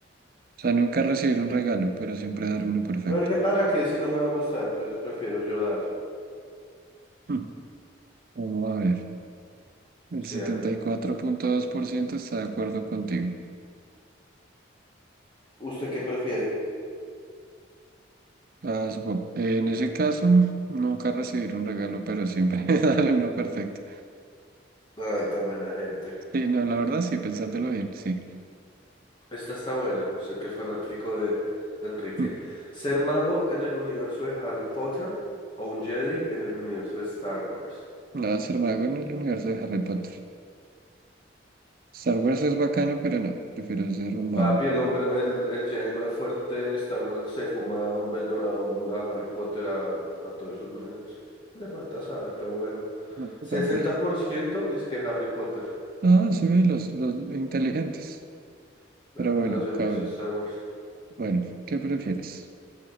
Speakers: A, on the right (about 50°); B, on the left (about 25°).
A: O sea, nunca recibir un regalo, pero siempre dar uno perfecto.
B: No, que para que si no me va a gustar, entonces prefiero yo dar.
A: Hmm, Vamos a ver. El
B: Sí,
A: setenta
B: hágale.
A: y cuatro punto dos por ciento está de acuerdo contigo.
B: ¿Usted qué prefiere?
A: Ah, supo- En ese caso, nunca recibir un regalo, pero siempre <laughs> dar uno perfecto.
B: Ay, tan buena gente.
A: Sí, no, la verdad, sí, pensándolo bien, sí.
B: Esta está buena, usted que es fanático de, de Enrique.
A: Hmm.
B: ¿Ser mago en el universo de Harry Potter o un Jedi en el universo de Star Wars?
A: No, ser mago en el universo de Harry Potter. Star Wars es bacano, pero no, prefiero ser un mago.
B: Papi, el hombre, el, el Jedi más fuerte de Star Wars se fuma a Dumbledore, a, Don Bu- a Harry Potter, a, a todos esos manes. Le falta saber, pero bueno.
A: No,
B: 60%
A: papi.
B: dice que Harry Potter.
A: Ah, sí, los, los inteligentes.
B: Nah,
A: Pero bueno,
B: pero se han
A: cabrón.
B: visto Star Wars.
A: Bueno, ¿qué prefieres?